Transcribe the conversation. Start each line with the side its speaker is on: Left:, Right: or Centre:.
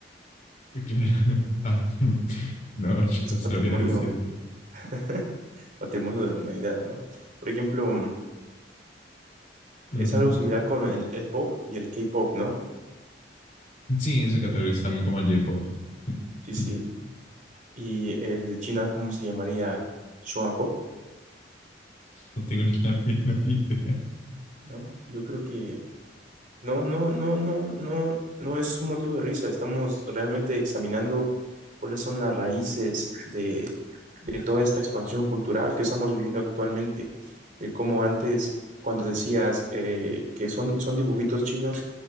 Left: Claro. Ah, <laughs> no,
Right: Es
Left: no
Right: patrimonio,
Left: sabría decir.
Right: <laughs> patrimonio de la humanidad, ¿no? Por ejemplo, mm,
Left: Ujú.
Right: es algo similar con el, el pop y el K-pop, ¿no?
Left: Sí, se
Right: El,
Left: categoriza también como el J-pop. <laughs>
Right: sí, sí. Y el de China, ¿cómo se llamaría? Shuan Pop,
Left: No tengo ni la <laughs> menor idea.
Right: ¿no? Yo creo que No, no, no, no, no, no es un motivo de risa. Estamos realmente examinando cuáles son las raíces de, de toda esta expansión cultural que estamos viviendo actualmente. Eh, como antes, cuando decías eh, que son, son dibujitos chinos,